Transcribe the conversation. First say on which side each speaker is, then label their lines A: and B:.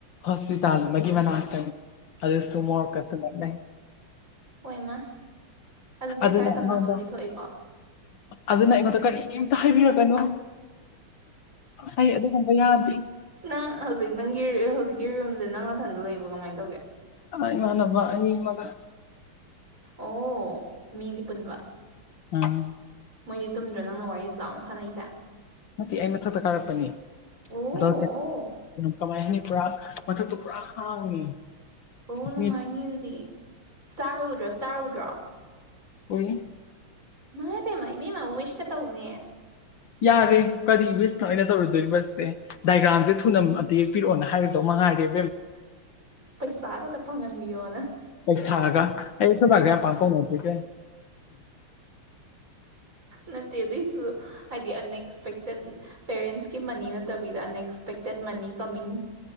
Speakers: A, on the left (about 65°); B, on the right (about 35°).
A: ꯍꯣꯁꯄꯤ ꯇꯜ ꯃꯒꯤꯃꯅꯥ ꯍꯥꯏꯇꯅꯦ ꯑꯗꯨꯗꯁꯨ ꯃ ꯀ ꯂ
B: ꯍ ꯏꯃ ꯑꯗꯨꯗꯤ
A: ꯑꯗꯨꯅ
B: ꯈꯔ
A: ꯑꯩꯉꯣꯟꯗ
B: ꯇꯝꯅꯐꯝꯗꯤ ꯊꯣꯛꯏꯀꯣ
A: ꯑꯗꯨꯅ ꯑꯩꯉꯣꯟꯗ ꯀꯔꯤꯒꯤ ꯑꯝꯇ ꯍꯥꯏꯕꯤꯛꯑꯣ ꯣ ꯑꯩ ꯑꯗꯨꯒꯨꯝꯕ ꯌꯥꯗ꯭ꯦ
B: ꯅꯪ ꯍꯧꯖꯤꯛ ꯅꯪꯒꯤ ꯍꯧꯖꯤꯛꯀꯤ ꯔꯨꯝꯁꯦ ꯅꯪ ꯃꯊꯟꯗ ꯂꯩꯕ꯭ꯔꯥ ꯀꯃꯥꯏꯅ ꯇꯧꯒꯦ
A: ꯑ ꯏꯃ ꯅꯕꯅꯤ ꯃꯒ
B: ꯑꯣ ꯃꯤꯗꯤ ꯄꯨꯟꯕ
A: ꯎꯝ
B: ꯃꯣꯏꯗꯤ ꯇꯨꯝꯗ꯭ꯔꯣ ꯅꯪꯅ ꯋꯥꯔꯤꯗ ꯂꯥꯎꯅ ꯁꯥꯟꯅꯩꯁꯦ
A: ꯅꯠꯇꯦ ꯑꯩ ꯃꯊꯛꯇ ꯀꯥꯔꯛꯄꯅꯤꯀ
B: ꯑꯣ ꯑꯣ
A: ꯀꯃꯥꯏ ꯍꯥꯏꯅꯤ ꯄꯨꯔꯥ ꯃꯊꯛꯇ ꯄꯨꯔꯥ ꯍꯥꯡꯉꯤ
B: ꯑꯣ ꯅꯨꯡꯉꯥꯏꯅꯤ
A: ꯃꯤ
B: ꯑꯗꯨꯗꯤ ꯆꯥꯔꯨꯗ꯭ꯔꯣ ꯆꯥꯔꯨꯗ꯭ꯔꯣ
A: ꯍꯏ
B: ꯉ ꯄꯥꯏꯋꯦꯁ ꯀ ꯇ ꯎꯅꯤ
A: ꯌꯥꯔꯦ ꯀꯔꯤ ꯋꯤꯁꯅ ꯑꯩꯅ ꯇꯧꯔꯨꯗꯣꯔꯤꯕꯁꯦ ꯗꯥꯏꯒ꯭ꯔꯥꯝꯁꯦ ꯊꯨꯅ ꯑꯝꯇ ꯌꯦꯛꯄꯤꯔꯛꯑꯣꯅ ꯍꯥꯏꯔꯁ ꯔꯦ ꯃꯍ ꯑꯩ
B: ꯄꯩꯁꯥꯒꯇ ꯐꯪꯍꯟꯕꯤꯌꯣꯅ
A: ꯊꯥꯛꯑꯒ ꯑꯩ ꯑꯩꯈꯣꯏꯗꯥ ꯀꯌꯥ ꯄꯥꯡꯀꯧꯅꯗ꯭ꯔꯤꯁꯦ
B: ꯅꯗꯤ ꯨ ꯍꯥꯏꯗꯤ ꯑꯟꯑꯛꯁꯄꯦꯛꯇꯦꯠ ꯄꯦꯔꯦꯟꯁꯀꯤ ꯃꯅꯤ ꯅꯠꯇꯕꯤꯗ ꯑꯟꯑꯛꯁꯄ ꯑꯦꯛꯄꯦꯛꯇꯦꯠ ꯃꯅꯤ ꯀꯃꯤꯡ